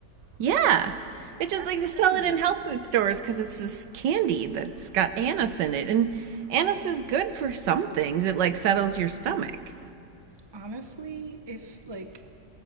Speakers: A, on the right (about 75°); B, on the right (about 35°).
A: Yeah. It's just
B: That's
A: like they sell
B: crazy.
A: it in health food stores because it's this candy that's got anise in it. And anise is good for some things. It like settles your stomach
B: Honestly, if, like,